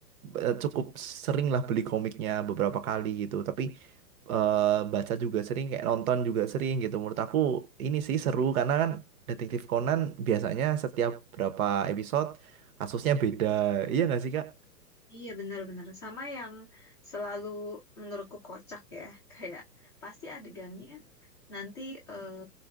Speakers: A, on the right; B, on the left.
A: eh, cukup sering lah beli komiknya beberapa kali gitu tapi eh, baca juga sering kayak nonton juga sering gitu menurut aku ini sih seru karena kan Detektif Conan biasanya setiap berapa episode kasusnya beda iya nggak sih Kak?
B: Iya, benar-benar. Sama yang selalu menurutku kocak ya. <laughs> Kayak pasti adegannya nanti eh